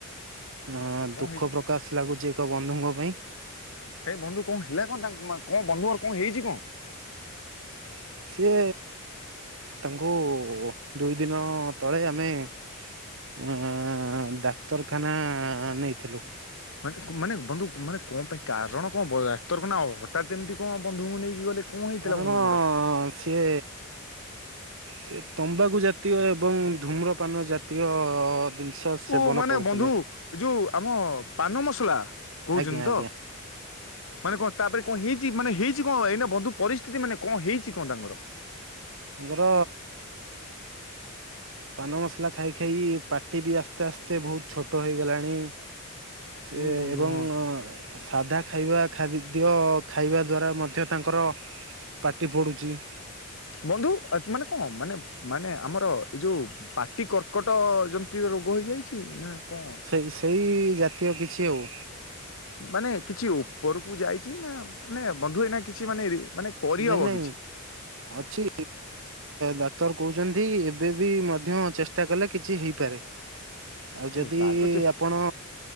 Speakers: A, on the right (about 60°); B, on the left (about 65°).
A: ଅ
B: କଣ
A: ଦୁଃଖ
B: ହେଇଛି
A: ପ୍ରକାଶ ଲାଗୁଚି ଏକ ବନ୍ଧୁଙ୍କ ପାଇଁ।
B: ହେ ବନ୍ଧୁ କଣ ହେଲା କଣ ତାଙ୍କୁ କଣ ବନ୍ଧୁଙ୍କର କଣ ହେଇଛି କଣ?
A: <inaudible> ସିଏ ତାଙ୍କୁ ଦୁଇ ଦିନ ତଳେ ଆମେ ଆ ଡାକ୍ତରଖାନା ନେଇଥିଲୁ।
B: ମାନେ ମାନେ ବନ୍ଧୁ ମାନେ କଣ ପାଇଁ କାରଣ କଣ ବ ଡାକ୍ତରଖାନା ହଠାତ ଏମିତି କଣ ବନ୍ଧୁଙ୍କୁ ନେଇକି ଗଲେ। କଣ ହେଇଥିଲା
A: କାରଣ
B: ବନ୍ଧୁଙ୍କର?
A: ସିଏ ସେ ତମ୍ବାକୁ ଜାତୀୟ ଏବଂ ଧୂମ୍ରପାନ ଜାତୀୟ ଜିନିଷ ସେବନ
B: ଓ ମାନେ
A: କରୁଥିଲେ।
B: ବନ୍ଧୁ ଯୋଉ ଆମ ପାନ ମସଲା କହୁଛନ୍ତି
A: ଆଜ୍ଞା ଆଜ୍ଞା।
B: ତ? ମାନେ କଣ ତାପରେ କଣ ହେଇଚି ମାନେ ହେଇଚି କଣ ଏଇନା ବନ୍ଧୁ ପରିସ୍ଥିତି ମାନେ କଣ ହେଇଚି କଣ ତାଙ୍କର?
A: ତାଙ୍କର ପାନ ମସଲା ଖାଇ ଖାଇ ପାଟି ବି ଆସ୍ତେ ଆସ୍ତେ ବହୁତ ଛୋଟ ହେଇଗଲାଣି। ସେ
B: ଓ ବନ୍ଧୁ
A: ଏବଂ
B: ହଁ।
A: ସାଧା ଖାଇବା ଖାଦ୍ୟ ଓ ଖାଇବା ଦ୍ୱାରା ମଧ୍ୟ ତାଙ୍କର ପାଟି ପଡ଼ୁଚି।
B: ବନ୍ଧୁ ଆ ମାନେ କଣ ମାନେ ମାନେ ଆମର ଏଇ ଯୋଉ ପାଟି କର୍କଟ ଯେମିତି ରୋଗ ହେଇଯାଇଚି ନା? କଣ
A: ସେଇ ସେଇ ଜାତୀୟ କିଛି ଆଉ।
B: ମାନେ କିଛି ଉପରକୁ ଯାଇଚି ନା ମାନେ ବନ୍ଧୁ ଏଇନା କିଛି ମାନେ ମାନେ କରିହବ
A: ନାଇଁ ନାଇଁ
B: କିଛି?
A: ଅଛି ଡାକ୍ତର କହୁ ଚନ୍ତି ଏବେ ବି ମଧ୍ୟ ଚେଷ୍ଟା କଲେ କିଛି ହେଇପାରେ। ଆଉ
B: ଓ
A: ଯଦି
B: ତାହେଲେ ତ ଚେଷ୍ଟା
A: ଆପଣ